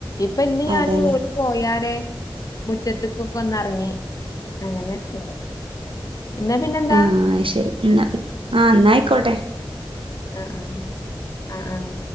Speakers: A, on the left; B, on the right.
A: ഇപ്പൊ ഇന്ന് ഞാന്
B: അതെല്ലേ
A: ഓര് പോയാരെ മുറ്റത്ത്ക്ക്ക്കൊക്കെ ഒന്ന് ഇറങ്ങി അങ്ങനെ നേരം പോയി ഇന്നാ പിന്നെന്താ
B: ആ ഹാ ശരി എന്നാ ആഹ ന്നായിക്കോട്ടെ
A: അ ആഹ് ആഹ